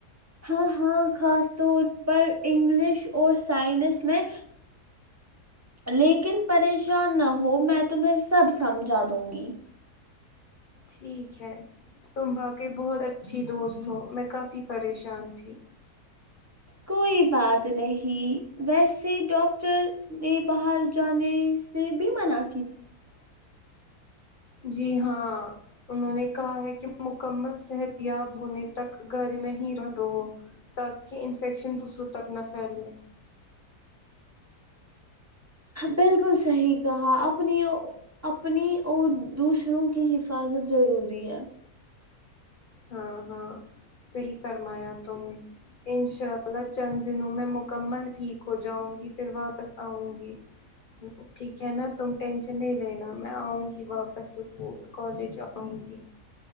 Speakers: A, on the right; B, on the left.
A: ہاں ہاں خاص طور پر انگلش اور سائنس میں لیکن پریش شان نہ ہو میں تمہیں سب سمجھا دوں گی
B: ٹھیک ہے تم واقعی بہت اچھی دوست ہو میں کافی پریشان تھی
A: کوئی بات نہیں ویسے ڈاکٹر نے باہر جانے سے بھی مناع
B: جی ہاں انہوں نے کہا ہے کہ مکمل صحتیاب ہونے تک گھر میں رہو تاکہ انفیکشن دوسروں تک نہ پھیلے
A: بالکل صحیح کہا اپنی اپنی اور دوسروں کی حفاظت ضروری ہے
B: ہاں ہاں صحیح فرمایا تم نے انشاء اللہ چند دنوں میں مکمل ٹھیک ہو جاؤں گی پھر واپس آؤں گی ٹھیک ہے نا تم ٹینشن نہیں لینا میں آؤں گی واپسک کالج آؤں گی